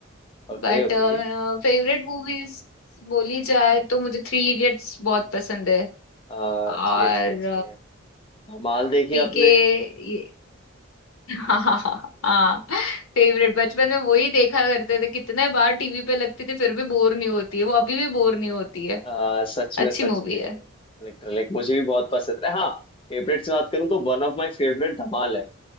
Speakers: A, on the left; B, on the left.
A: okay
B: बट
A: okay
B: फेवरेट मूवीज बोली जाए तो मुझे थ्री इडियट्स बहुत पसंद है
A: अच्छी
B: और
A: अच्छी अच्छी है धमाल देखी
B: पीके
A: आपने <laughs>
B: ये <laughs> हाँ हाँ फेवरेट बचपन में वही देखा करते थे कितने बार टीवी पे लगती थी फिर भी बोर नहीं होती है वो अभी भी बोर नहीं होती है
A: आ, सच
B: अच्छी
A: में सच
B: मूवी
A: में
B: है
A: लिटरली मुझे भी बहुत पसंद है हाँ फेवरेट से बात करूँ तो one of my favourite Dhamaal है